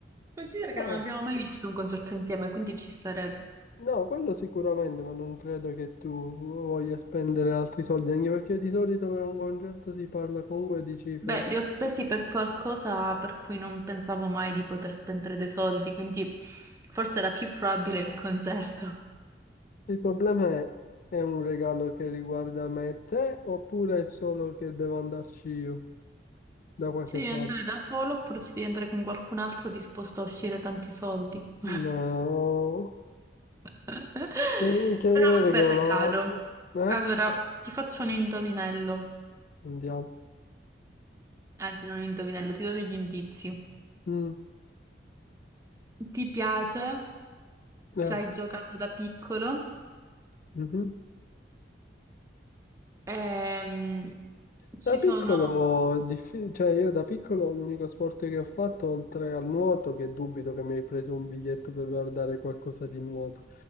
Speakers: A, on the right (about 15°); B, on the left (about 50°).
A: Considera
B: No.
A: che non abbiamo mai visto un concerto insieme, quindi ci starebbe.
B: No, quello sicuramente, ma non credo che tu voglia spendere altri soldi, anche perché di solito per un concerto si parla comunque di cifre.
A: Beh, li ho spesi per qualcosa per cui non pensavo mai di poter spendere dei soldi, quindi forse era più probabile il concerto.
B: Il problema è, è un regalo che riguarda me e te, oppure è solo che devo andarci io da qualche
A: Ci devi
B: parte?
A: andare da solo oppure ci devi andare con qualcun altro disposto a uscire tanti soldi? <laughs>
B: No,
A: Però
B: che, che mi hai
A: un
B: regalato?
A: bel regalo.
B: Eh?
A: Allora, ti faccio un indovinello.
B: Andiamo.
A: Anzi, non un indovinello, ti do degli indizi.
B: Mm,
A: Ti piace? Ci
B: eh,
A: hai giocato da piccolo?
B: mhm.
A: Ehm, ci
B: Da piccolo,
A: sono...
B: è diffi- cioè io da piccolo l'unico sport che ho fatto, oltre al nuoto, che dubito che mi hai preso un biglietto per guardare qualcosa di nuoto,